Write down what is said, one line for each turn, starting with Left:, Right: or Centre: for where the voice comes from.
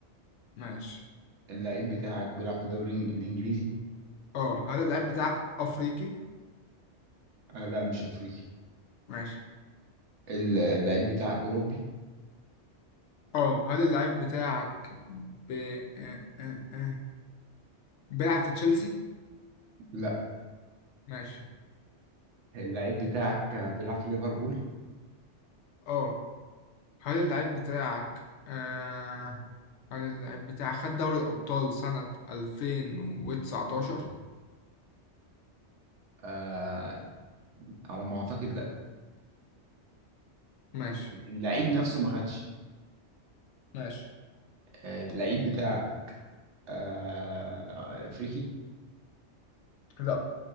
Left: ماشي
Right: اللعيب بتاعك بيلعب في الدوري الإنج- الانجليزي
Left: اه هل اللاعب بتاعك أفريقي
Right: آه لا مش افريقي
Left: ماشي
Right: ال- اللعيب بتاعك أوروبي؟
Left: اه هل اللاعب بتاعك ب... آه، آه، آه، بيلعب في تشيلسي
Right: لا
Left: ماشي
Right: اللعيب بتاعك بيلعب في ليفربول؟
Left: اه هل اللاعب بتاعك آه... هل اللاعب بتاعك خد دوري الأبطال سنة 2019
Right: آه على ما أعتقد لا
Left: ماشي
Right: اللعيب نفسه ما خدش
Left: ماشي
Right: آه، اللعيب بتاعك آه أفريقي؟
Left: لا